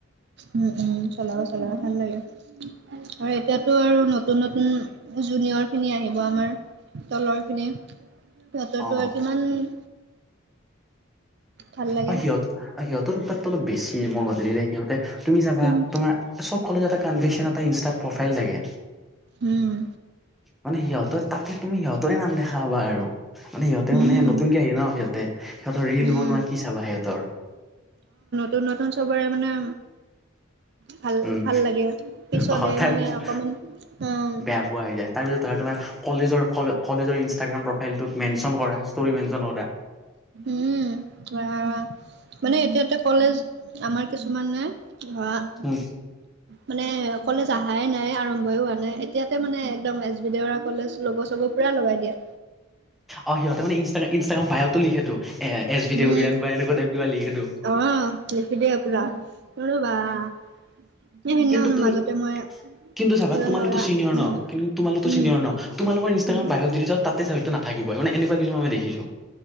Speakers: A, on the right; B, in the centre.
A: উম উম' চলাবা চলাবা ভাল লাগে। হয় এতিয়াতো আৰু নতুন নতুন জুনিয়ৰ খিনি আহিব আমাৰ। তলৰ খিনি সিঁহৰটো
B: অ
A: আৰু কিমান- ভাল লাগে
B: অ সিহঁত সিহঁতৰ উপাতটো অলপ বেছি মোৰ মতে। সিহঁতে তুমি যাবা
A: উম,
B: তোমাৰ সব কলেজাতে কনভেচন এটা ইন্সটাট প্ৰফাইল থাকে।
A: উম'
B: মানে সিহঁতৰ তাতে তুমি সিহঁতৰে নাম দেখা হবা আৰু। মানে সিহঁতে
A: উম,
B: মানে নতুনকে আহে ন সিহঁতে সিহঁতৰ ৰিল
A: উম,
B: বনোৱা- কি চাবা সিহঁতৰ।
A: তুন নতুন চবৰে মানে- ভাল
B: উম
A: ভাল লাগে পিছতহে
B: অ তাৰ
A: মানে
B: পিছত
A: অকমান অঁ।
B: বেয়া পোৱা হৈ যায় তাৰপিছত ধৰা তোমাৰ কলেজৰ কলে কলেজৰ ইনষ্টাগ্ৰাম প্ৰফাইলটোক মেনশন কৰা ষ্ট'ৰি মেনশন কৰা।
A: উম' ধৰা মানে এতিয়াতে কলেজ আমাৰ কিছুমানে ধৰা, -
B: উম'
A: মানে কলেজ আহাই নাই আৰম্ভই হোৱা নাই এতিয়াতে মানে একদম এছ বি দেৰত- কলেজ লগ চগ পুৰা লগাই দিয়া।
B: অ সিহঁতে মানে ইনষ্টা ইনষ্টাগ্ৰাম বায়তো লিখেটো। এ এছ ভিডিঅ'ৰিয়ান
A: উম,
B: বা এনেকুৱা টাইপ কিবা লিখেটো।
A: অ', লিখি দিয়ে পুৰা লবা সে সিদিনাখন
B: কিন্তু তুমি
A: মাজতে মই-
B: কিন্তু চাবা
A: এজন
B: তোমালোকো
A: ল'ৰা
B: চিনিয়ৰ
A: উম
B: ন কিন্তু তোমালোকতো
A: উম,
B: চিনিয়ৰ ন, তোমোলোকৰ ইনষ্টাগ্ৰাম
A: উম,
B: বায়ত যদি যাও- তাতে চাওক এইটো নাথাকিবই মানে এনেকুৱা কিছু মই দেখিছো।